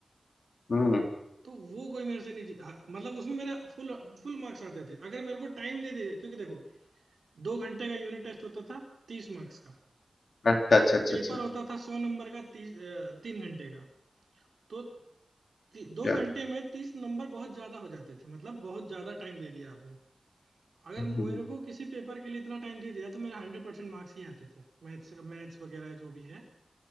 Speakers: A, on the left; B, on the right.
A: हम्म
B: तो वो कोई मेरे से नहीं जी- हाँ, मतलब उसमें मेरा फुल फुल मार्क्स आते थे अगर मेरे को टाइम दे दे क्योंकि देखो दो घंटे का यूनिट टेस्ट होता था तीस मार्क्स का
A: अच्छा अच्छा
B: और
A: अच्छा
B: पेपर
A: अच्छा
B: होता था सौ नंबर का तीस अ, तीन घंटे का तो ती, दो
A: क्या
B: घंटे में तीस नंबर बहुत ज्यादा हो जाते थे मतलब बहुत ज्यादा टाइम दे दिया आपने अगर
A: हम्म,
B: मेरे को किसी पेपर के लिए इतना टाइम दे दिया तो मेरे हंड्रेड परसेंट मार्क्स ही आते थे मैथ्स मैथ्स वगैरह जो भी है